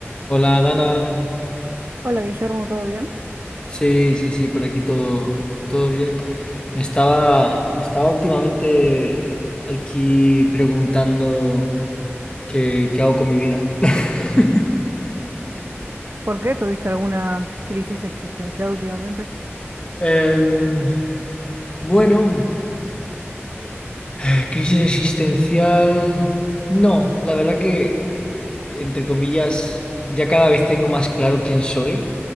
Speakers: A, on the left; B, on the right.
A: Hola Dana,
B: Hola Guillermo, ¿todo bien?
A: sí, sí, sí, por aquí todo, todo bien. Me estaba, me estaba últimamente aquí preguntando qué, qué hago con mi vida. <laughs>
B: ¿Por qué? ¿Tuviste alguna crisis existencial últimamente?
A: Em, bueno, <sighs> crisis existencial, no, la verdad que, eh, entre comillas, ya cada vez tengo más claro quién soy.